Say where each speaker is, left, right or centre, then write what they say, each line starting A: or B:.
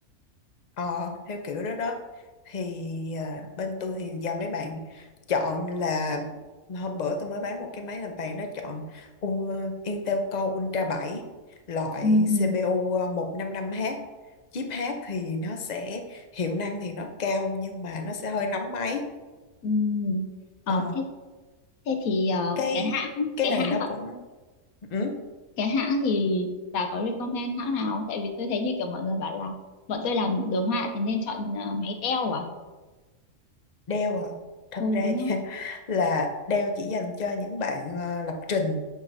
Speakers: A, on the left (about 45°); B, on the left (about 75°).
A: ờ theo kiểu đó đó thì à, bên tôi thì giờ mấy bạn chọn là hôm bữa tôi mới bán một cái máy làm bạn nó chọn U- Intel Core Ultra 7 loại
B: Ừ,
A: CPU 155H chip H thì nó sẽ hiệu năng thì nó cao nhưng mà nó sẽ hơi nóng máy
B: ừ. Ờ,
A: Ờ,
B: thế thế thì ờ,
A: cái
B: cái hãng
A: cái
B: cái
A: này
B: hãng
A: nó cũng ừ,
B: cái hãng thì bà có recommend hãng nào không? Tại vì tôi thấy như kiểu mọi người bảo là bọn tôi làm đồ họa thì nên chọn ờ, máy teo à?
A: Dell à thật
B: Ừ,
A: ra
B: đúng không?
A: <laughs> là Dell chỉ dành cho những bạn ờ, lập trình